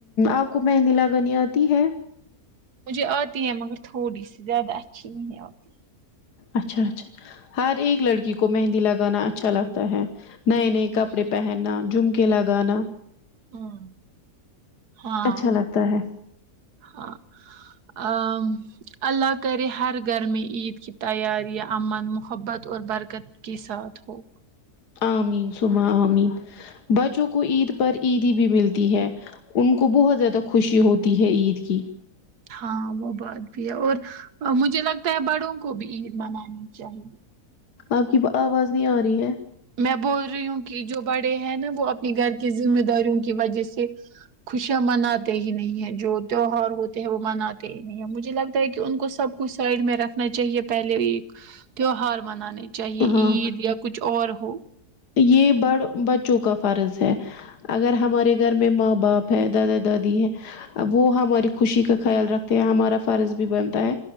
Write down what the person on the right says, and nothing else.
مجھے آتی ہے مگر تھوڑی سی زیادہ اچھی نہیں آتی
ہوں
ہاں ہاں
ہاں آ اللہ کرے ہر گھر میں عید کی تیاریاں امن محبت اور برکت کے ساتھ ہو
ہاں وہ بات بھی ہے اور مجھے لگتا ہے بڑوں کو بھی عید منانی چاہیے
میں بول رہی ہوں کہ جو بڑے ہیں نا وہ اپنے گھر کی ذمہ داریوں کی وجہ سے خوشیاں مناتے ہی نہیں ہیں جو تیوہار ہوتے ہیں وہ مناتے ہی نہیں ہے مجھے لگتا ہے کہ ان کو سب کو سائڈ میں رکھنا چاہیے پہلے ایک تیوہار منانے چاہے
عید یا کچھ اور ہو